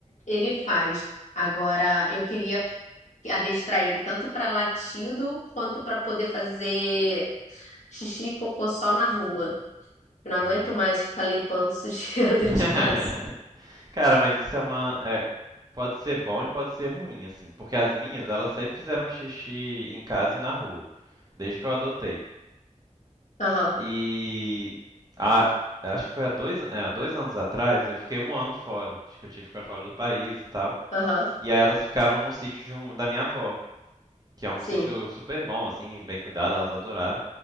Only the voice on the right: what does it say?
Uhum.
<laughs>
Cara, mas isso é uma. é, pode ser bom e pode ser ruim, assim. Porque as minhas, elas sempre fizeram xixi em casa e na rua. Desde que eu adotei.
E a- é, acho que foi há dois, é, há dois anos atrás, eu fiquei um ano fora. Acho que eu tive para fora do país e tal.
E aí elas ficaram num sítio de um, da minha avó, que é um
sítio super bom, assim, bem cuidado, elas adoraram.